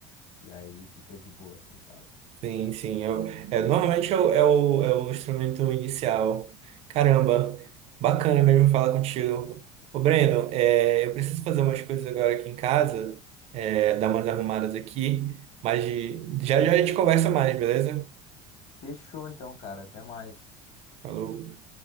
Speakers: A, on the left (about 50°); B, on the right (about 50°).
A: E aí fica de boa, assim, sabe?
B: Sim, sim. É, o- é, normalmente é o, é o, é o instrumento inicial. Caramba, bacana mesmo falar contigo. Ô, Breno, é, eu preciso fazer umas coisas agora aqui em casa, é, dar umas arrumadas aqui, mas de- já já a gente conversa mais, beleza?
A: Fechou então, cara. Até mais.
B: Falou.